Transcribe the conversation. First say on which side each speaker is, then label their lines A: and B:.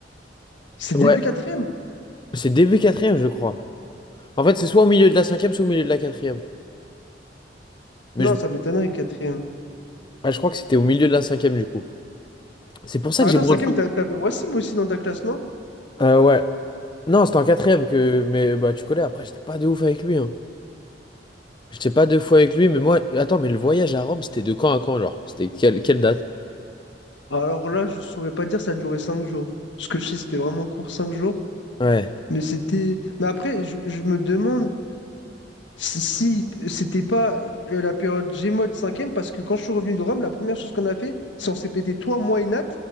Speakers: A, on the left (about 85°); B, on the left (about 25°).
A: C'est
B: Mod?
A: début
B: Ouais.
A: quatrième.
B: C'est début quatrième, je crois. En fait, c'est soit au milieu de la cinquième, soit au milieu de la quatrième. mais
A: Non,
B: je
A: ça m'étonnerait, quatrième.
B: Ouais, je crois que c'était au milieu de la cinquième du coup. C'est pour ça
A: Ah,
B: que
A: attends,
B: j'ai moins
A: cinquième,
B: de souvenirs.
A: t'a- t'avais Wassim aussi dans ta classe, non?
B: Euh, ouais. Non, c'était en quatrième que. Mais bah tu connais, après j'étais pas de ouf avec lui. Hein. J'étais pas deux fois avec lui, mais moi. Attends, mais le voyage à Rome, c'était de quand à quand, genre? C'était quelle, quelle date?
A: Alors là, je saurais pas dire, ça a duré cinq jours. Ce que je sais, c'était vraiment court, cinq jours.
B: Ouais.
A: Mais c'était. Mais après, je, je me demande. Si, si, c'était pas euh, la période Gmod 5e, parce que quand je suis revenu de Rome, la première chose qu'on a fait, c'est on s'est pété toi, moi et Nat,